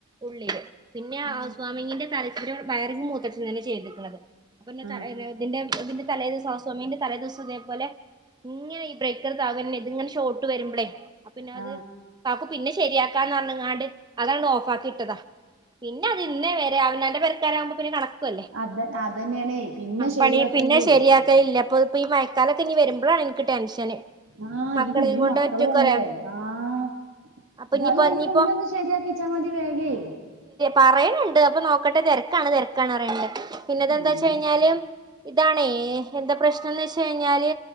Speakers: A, on the right (about 20°); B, on the right (about 65°).
A: ഉള്ളില് പിന്നെ
B: ആഹ്
A: ഹൗസ് വാർമിങിന്റെ തലേ- ഒരു വയറിങ് മൂത്തച്ചൻ തന്നെയാ ചെയ്തിട്ടുള്ളത് അപ്പൊ പിന്നെ തലേന്ന്
B: ആഹ്
A: ഇതിന്റെ ഇതിന്റെ- തലെന്നു ഹൗസ് വാമിങ്ങിന്റെ തലേ ദിവസം ഇതേപോലെ ഇങ്ങനെ ഇ ബ്രേക്കർ താന്നന്നെ ഇതിങ്ങനെ ഷോർട്ട് വരുമ്പോളേ- അപ്പൊപിന്നെ
B: ആ
A: അത് - കാക്കും പിന്നെ ശരിയാക്കാന്ന് പറഞ്ഞാങ്ങാണ്ട് അതാണ്ടങ് ഓഫ് ആക്കി ഇട്ടതാ പിന്നെ അത് ഇന്നെ വരെ അവനവന്റെ പെരക്കാരാവുമ്പോ പിന്നെ കണക്കോല്ലേ
B: അത് അതന്നെയാണേ പിന്നെ ശരിയാക്കൂലേ
A: പണി പിന്നെ ശരിയാക്കലില്ല അപ്പൊ ഇതിപ്പോ ഇ മഴക്കാലൊക്കെ ഇനി വരുമ്പോ- അപ്പോഴാണ് എനിക്ക് ടെൻഷന്.
B: ആഹ്
A: മക്കളെയും
B: ഈ കുഞ്ഞു
A: കൊണ്ട്
B: മക്കളും
A: ഒറ്റക്കൊരെ
B: അല്ലേ ആഹ്
A: അപ്പൊ ഇനിയിപ്പോ
B: രാജു അയ്‌ന്റെ
A: ഇനിയിപ്പോ
B: മുന്നൊന്ന് ശരിയാക്കിച്ചാൽ മതി വേഗേ
A: പറയനണ്ട് അപ്പൊ നോക്കട്ടെ തിരക്കാണ് തിരക്കാണ് റിയണ്ട്. പിന്നെതന്താ
B: അമ്മേ
A: വെച്ച കഴിഞ്ഞാല് ഇതാണേ എന്താ പ്രശ്നംന്ന് വെച്ച കഴിഞ്ഞാല്